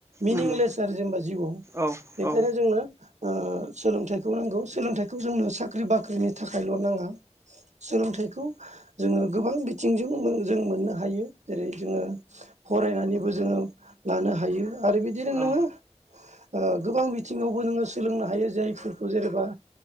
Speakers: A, on the right; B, on the right.
A: मिनिंलेस
B: नंगौ
A: आरो जेनेबा जिउआव
B: औ
A: बेखायनो
B: औ
A: जोंनो, ओ सोलोंथाइखौ नांगौ। सोलोंथाइखौ जोंनो साख्रि-बाख्रिनि थाखायल' नाङा। सोलोंथाइखौ जोङो गोबां बिथिंजों जों मोननो हायो। जेरै- जोङो फरायनानैबो जोङो लानो हायो ।आरो बिदिनो
B: औ
A: नोङो, ओ गोबां बिथिङावबो नोङो सोलोंनो हायो। जायफोरखौ जेनेबा,